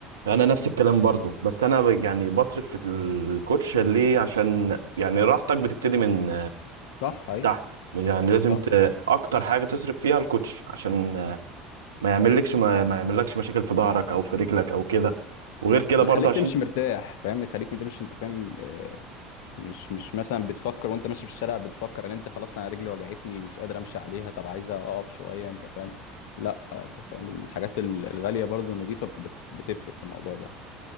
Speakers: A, on the right (about 80°); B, on the left (about 65°).
A: انا نفس الكلام برضو بس انا ب- يعني بصرف في الكوتش ليه عشان يعني راحتك بتبتدي من
B: صح اي
A: تحت يعني لازم
B: صح
A: ت... اكتر حاجه تصرف فيها الكوتش عشان ما يعملكش ما, ما يعملكش مشاكل في ظهرك او في رجلك او كده وغير
B: صح
A: كده
B: ويخليك
A: برضه عشان
B: تمشي مرتاح فاهم يخليك ما تمشي انت فاهم آه، مش مش مثلا بتفكر وانت ماشي في الشارع بتفكر ان انت خلاص انا رجلي وجعتني مش قادر امشي عليها طب عايزه اقف شويه انت فاهم لا آه، انت فاهم الحاجات ال- الغاليه برضو النضيفه بت- بتفرق في الموضوع ده